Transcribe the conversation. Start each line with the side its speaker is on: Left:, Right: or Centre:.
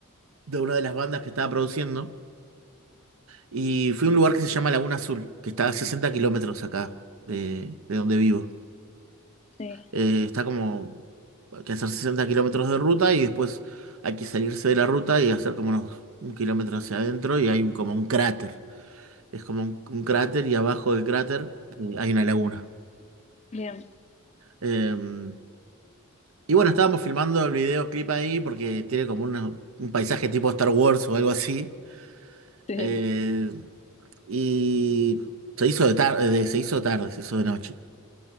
Right: de una de las bandas que estaba produciendo. Y fui a un lugar que se llama Laguna Azul, que está a 60 kilómetros acá de, de donde vivo.
Left: sí,
Right: Eh, está como, hay que hacer 60 kilómetros de ruta y después hay que salirse de la ruta y hacer como unos un kilómetro hacia adentro y hay un, como un cráter. Es como un, un cráter y abajo del cráter eh, hay una laguna.
Left: bien,
Right: Em, y bueno, estábamos filmando el videoclip ahí porque tiene como una- un paisaje tipo Star Wars o algo así.
Left: sí,
Right: Eh, y se hizo de tarde, se hizo tarde, se hizo de noche.